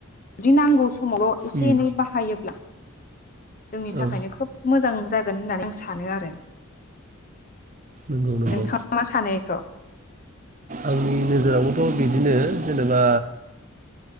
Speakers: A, on the left; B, on the right.
A: बिदि नांगौ समावल' एसे
B: उम
A: एनै बाहायोब्ला जोंनि थाखायनो
B: औ
A: खोब मोजां जागोन होननानै आं सानो आरो
B: नंगौ नंगौ
A: नोंथाङा मा सानो बेखौ
B: आंनि नोजोरावबोथ' बिदिनो जेनेबा